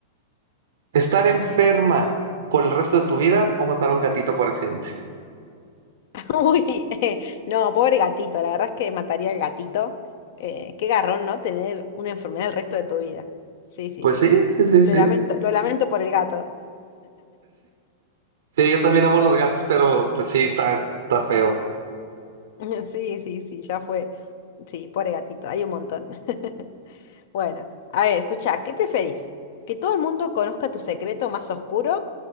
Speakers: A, on the right; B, on the left.
A: ¿Estar enferma por el resto de tu vida o matar a un gatito por accidente?
B: Uy, <laughs> no, pobre gatito, la verdad es que mataría al gatito. Eh, qué garrón, ¿no? Tener una enfermedad el resto de tu vida. Sí, sí,
A: Pues
B: sí.
A: sí, sí, sí,
B: Lo
A: sí.
B: lamento, lo lamento por el gato.
A: Sí, yo también amo los gatos, pero pues sí, está, está feo.
B: <laughs> Sí, sí, sí, ya fue. Sí, pobre gatito, hay un montón. <laughs> Bueno, a ver, escuchá, ¿qué preferís? ¿Que todo el mundo conozca tu secreto más oscuro